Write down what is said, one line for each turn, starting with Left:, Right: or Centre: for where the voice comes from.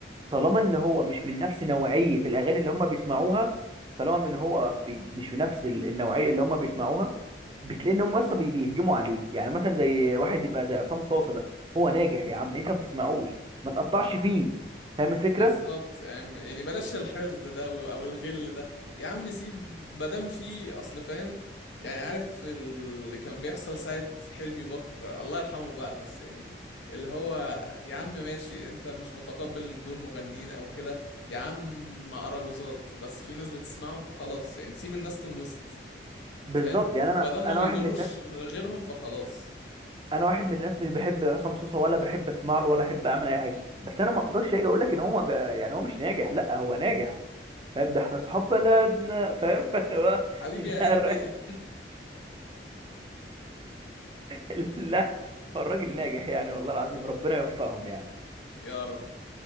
Right: طالما ان هو مش من نفس نوعيه الاغاني اللي هم بيسمعوها طالما ان هو بي... مش من نفس ال- النوعيه اللي هم بيسمعوها بتلاقي ان هم اصلا بي... بيهجموا عليه يعني مثلا زي واحد يبقى زي عصام صاصه ده هو ناجح يا عم انت ما بتسمعوش ما تقطعش فيه فاهم الفكره
Left: بالظبط يعني يعني بلاش الحقد ده و- او الغل ده يا عم سيب مادام في اصل فاهم يعني عارف اللي كان بيحصل ساعة حلمي بكر الله يرحمه بقى بس يعني اللي هو يا عم ماشي انت مش متقبل ان دول مغنيين او كده يا عم اراجوزات بس في ناس بتسمعهم فخلاص يعني سيب الناس تنبسط
Right: بالظبط
Left: فاهم
Right: يعني انا
Left: مادام ما
Right: انا
Left: بيضروش
Right: واحد من الناس
Left: غيرهم فخلاص
Right: انا واحد من الناس مش بحب عصام صوصه ولا بحب اسمع له ولا احب اعمل اي
Left: مم.
Right: حاجه بس انا ما اقدرش اجي اقول لك ان هو ما ب... يعني هو مش ناجح لا هو ناجح فاهم ده احنا اصحاب بلدنا <laughs> فاهم فانا هو
Left: حبيبي
Right: <laughs> لا
Left: يا قلبي
Right: الر- <laughs> لا هو الراجل ناجح يعني والله العظيم ربنا يوفقهم يعني
Left: <laughs> يا رب